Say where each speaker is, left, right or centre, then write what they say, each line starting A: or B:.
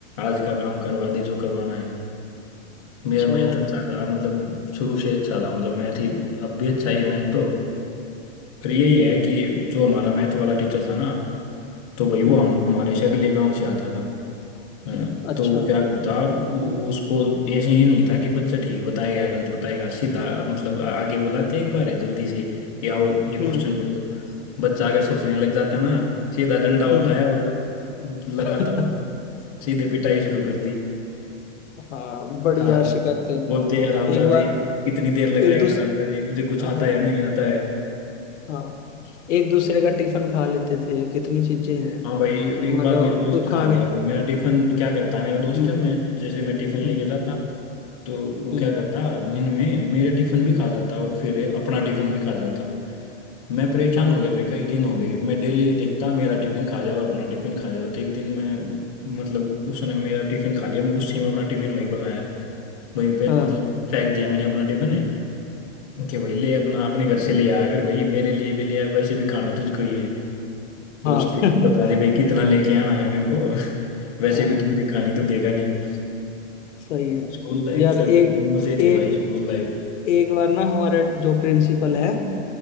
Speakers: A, on the left (about 30°); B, on the left (about 70°).
A: आज का काम करवा दे जो करवाना है
B: अच्छा
A: मेरा मैथ
B: यार
A: अच्छा था मतलब शुरू से अच्छा था मतलब मैथ ही अब भी अच्छा ही है मैथ तो फिर यही है कि जो हमारा मैथ वाला टीचर था ना तो भाई वो
B: हम्म
A: हम हमारे से अगले गाँव से आता था हाँ,
B: अच्छा
A: तो वो क्या करता वो वो उसको ऐसे ही नहीं था कि बच्चा ठीक बताएगा या गलत बताएगा सीधा मतलब आ- आगे बुलाते एक बार है जल्दी से कि आओ ये क्वेश्चन
B: हम्म
A: कर दो बच्चा अगर सोचने लग जाता ना सीधा डंडा उठाया
B: हम्म
A: और लगातार
B: <laughs>
A: सीधे पिटाई शुरू कर दी
B: हाँ बड़ी
A: हाँ
B: यार शिकायतें
A: बोलते हैं, हरामजादे
B: एक बार
A: कितनी देर लगाएगा
B: एक दूसरे
A: हरामजादे मुझे कुछ
B: हाँ
A: आता है या नहीं आता है
B: हाँ एक दूसरे का टिफिन खा लेते थे कितनी चीजें हैं
A: हाँ भाई एक
B: मान
A: बार
B: लो
A: मेरे दोस्त
B: कोई खाने
A: खा गया
B: का
A: भाई मेरा टिफिन क्या करता है मेरा दोस्त
B: हम्म
A: है मैं जैसे मैं टिफिन लेके
B: हम्म
A: जाता तो वो
B: हम्म
A: क्या करता दिन में मेरे टिफिन भी खा जाता और फिर अपना टिफिन भी खा जाता मैं परेशान
B: हाँ
A: हो गया भाई कई दिन हो गए मैं डेली देखता मेरा टिफिन खा जाओ अपना टिफिन खा जाओ तो एक दिन मैं मतलब उसने मेरा टिफिन खा लिया मैं गुस्से में अपना टिफिन वहीं पकाया वहीं पे
B: हाँ
A: मतलब फेंक दिया मैंने अपना टिफिन कि भाई ले अपना अपने घर से ले आया कर भाई मेरे लिए भी ले आया वैसे भी खाना तुझको ही है तो
B: हाँ
A: उस पे
B: <laughs>
A: बता दे भाई कितना लेके आना है मेरे को <laughs> वैसे
B: हाँ
A: भी तू मुझे खानी तो देगा नहीं
B: सही है
A: स्कूल लाइफ
B: यार
A: से
B: एक
A: मजे
B: एक
A: थे भाई स्कूल लाइफ
B: एक बार ना हमारा जो प्रिंसिपल है